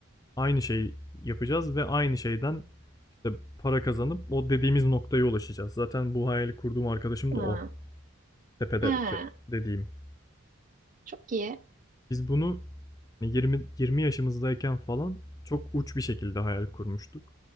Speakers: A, on the left; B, on the right.
A: Aynı şeyi yapacağız ve aynı şeyden işte para kazanıp o dediğimiz noktaya ulaşacağız. Zaten bu hayali kurduğum arkadaşım
B: Ha.
A: da o. Tepedeki
B: Ha,
A: dediğim.
B: çok iyi.
A: Biz bunu hani 20 20 yaşımızdayken falan çok uç bir şekilde hayal kurmuştuk.